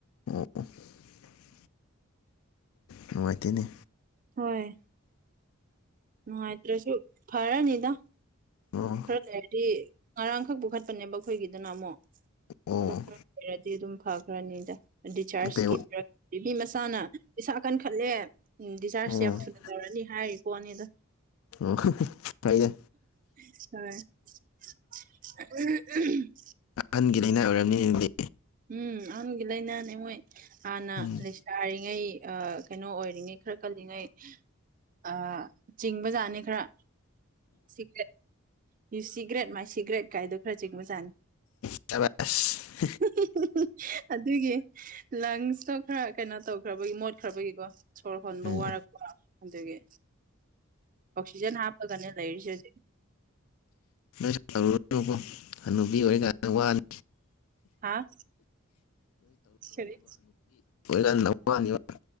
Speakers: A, on the left; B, on the right.
A: <inaudible> ꯅꯨꯡꯉꯥꯏꯇꯦꯅꯦ
B: ꯍꯣꯏ ꯅꯨꯡꯉꯥꯏꯇ꯭ꯔꯁꯨ ꯐꯔꯅꯤꯗ
A: ꯑꯣ
B: ꯈꯔ ꯂꯩꯔꯗꯤ ꯉꯔꯥꯡꯈꯛꯄꯨ ꯈꯠ ꯄꯅꯦꯕ ꯑꯈꯣꯏꯒꯤꯗꯨꯅ ꯑꯃꯨꯛ
A: ꯑꯣ
B: ꯑꯗꯨ ꯈꯔ ꯂꯩꯔꯗꯤ ꯑꯗꯨꯝ ꯐꯈ꯭ꯔꯅꯤꯗ ꯗꯤꯆꯥꯥꯔꯖꯀꯤ
A: ꯀꯩ
B: <unintelligible> ꯄꯤꯕꯤ ꯃꯁꯥꯅ ꯢꯁꯥ ꯀꯟꯈꯠꯂꯦ ꯎꯝ ꯗꯤꯆꯥꯔꯖꯁ
A: ꯑꯣ
B: ꯌꯥꯝ ꯊꯨꯅ ꯇꯧꯔꯅꯤ ꯍꯥꯏꯔꯤꯄꯣꯠꯅꯤꯗ
A: ꯑꯣ <unintelligible> ꯐꯩꯌꯦ
B: ꯍꯣꯏ <unintelligible>
A: ꯑꯍꯟꯒꯤ ꯂꯩꯅꯥ ꯑꯣꯏꯔꯝꯅꯤ ꯑꯗꯨꯗꯤ
B: ꯎꯝ ꯑꯍꯟꯒꯤ ꯂꯩꯥꯅꯥꯅꯦ ꯃꯣꯏ ꯍꯥꯟꯅ
A: ꯎꯝ
B: ꯂꯩꯁꯥꯔꯤꯉꯩ ꯑꯥ ꯀꯩꯅꯣ ꯑꯣꯏꯔꯤꯉꯩ ꯈꯔ ꯀꯜꯂꯤꯉꯩ ꯑꯥ ꯆꯤꯡꯕꯖꯥꯠꯅꯦ ꯈꯔ ꯁꯤꯒ꯭ꯔꯦꯠ ꯌꯨ ꯁꯤꯒ꯭ꯔꯦꯠ ꯃꯥꯏ ꯁꯤꯒ꯭ꯔꯦꯠ ꯀꯥꯏꯗꯣ ꯈꯔ ꯆꯤꯡꯕ ꯖꯥꯅꯤ
A: ꯎꯁꯤꯠꯇꯕ ꯑꯁ
B: <unintelligible> ꯑꯗꯨꯒꯤ ꯂꯪꯁꯁꯨ ꯈꯔ ꯀꯩꯅꯣ ꯇꯧꯈ꯭ꯔꯕꯒꯤ ꯃꯣꯠꯈ꯭ꯔꯕꯒꯤꯀꯣ ꯁꯣꯔ ꯍꯣꯟꯕ
A: ꯎꯝ
B: ꯋꯥꯔꯛꯄ ꯑꯗꯨꯒꯤ ꯑꯣꯛꯁꯤꯖꯦꯟ ꯍꯥꯄꯒꯅꯦ ꯂꯩꯔꯤꯁꯦ ꯍꯧꯖꯤꯛ
A: ꯅꯣꯏꯁꯨ ꯇꯧꯔꯨꯔꯅꯨꯀꯣ ꯍꯅꯨꯕꯤ ꯑꯣꯏꯔꯀꯥꯟꯗ ꯋꯥꯅꯤ
B: ꯑꯥ ꯀꯔꯤ
A: ꯐꯖꯅ ꯋꯥꯅꯤꯕ